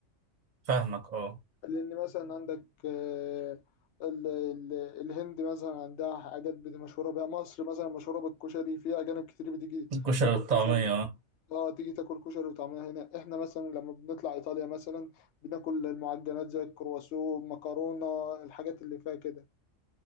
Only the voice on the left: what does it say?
لأن مثلا عندك آه، ال- ال- الهند مثلا عندها حاجات بت- مشهورة بيها مصر مثلا مشهورة بالكشري في أجانب كتير بتيجي
تاكل
كشري
اه تيجي تاكل كشري وطعمها هنا احنا مثلا لما بنطلع إيطاليا مثلا بناكل المعجنات زي الكرواسو مكرونة الحاجات اللي فيها كده